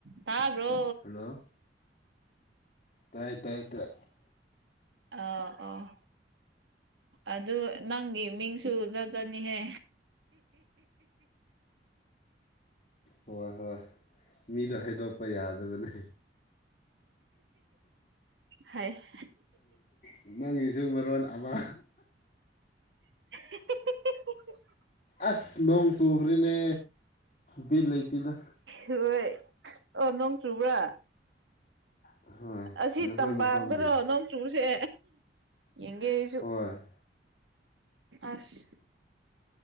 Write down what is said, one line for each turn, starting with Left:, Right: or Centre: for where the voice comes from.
Right: ꯇꯥꯕ꯭ꯔꯣ
Left: ꯍꯜꯂꯣ ꯇꯥꯏ ꯇꯥꯏ ꯇꯥꯏ
Right: ꯑ ꯑꫭ ꯑꯗꯨ ꯅꯪꯒꯤ ꯃꯤꯡꯁꯨ ꯖꯥꯠ ꯖꯥꯠꯅꯤꯍꯦ
Left: ꯍꯣꯏ ꯍꯣꯏ ꯃꯤꯗꯣ ꯍꯥꯏꯗꯣꯛꯄ ꯌꯥꯗꯕꯅꯦ
Right: ꯍꯩꯁ
Left: ꯅꯪꯒꯤꯖꯨ ꯃꯔꯣꯟ ꯑꯃ
Right: <unintelligible>
Left: ꯑꯁ ꯅꯣꯡ ꯆꯨꯔꯦꯅꯦ ꯕꯤꯠ ꯂꯩꯇꯦꯗ
Right: ꯍꯣꯏ ꯑꯣ ꯅꫭꯡ ꯆꯨꯕ꯭ꯔꯥ
Left: ꯍꯣꯏ
Right: ꯑꯁꯤ
Left: ꯅꯈꯣꯏ
Right: ꯇꯝꯄꯥꯛꯇꯔꯣ
Left: ꯃꯐꯝꯗꯤ
Right: ꯅꯣꯡ ꯆꯨꯔꯤꯁꯦ ꯌꯦꯡꯒꯦ ꯑꯩꯁꯨ
Left: ꯍꯣꯏ
Right: ꯑꯁ